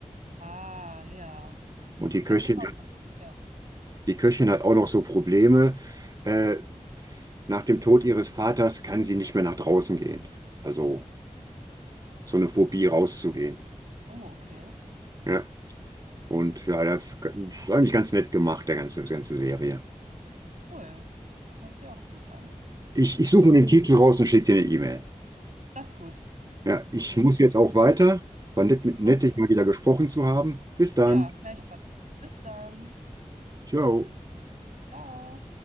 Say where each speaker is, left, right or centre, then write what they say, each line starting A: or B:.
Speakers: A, on the right; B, on the right.
A: Ah, ja.
B: Und die Köchin,
A: Das ist aber... Ja.
B: die Köchin hat auch noch so Probleme. Äh, nach dem Tod ihres Vaters kann sie nicht mehr nach draußen gehen. Also so eine Phobie rauszugehen.
A: Oh, okay.
B: Ja. Und ja, das ist eigentlich ganz nett gemacht, der ganze, ganze Serie.
A: Cool. Das hört sich auch gut an.
B: Ich, ich
A: Solche...
B: suche mir den Titel raus und schicke dir eine E-Mail.
A: Das ist gut.
B: Ja, ich
A: Das hört
B: muss
A: sich...
B: jetzt auch weiter. War nett, mit, nett,
A: okay.
B: dich mal wieder gesprochen zu haben. Bis dann.
A: Ja, gleichfalls. Bis dann.
B: Ciao.
A: Ciao.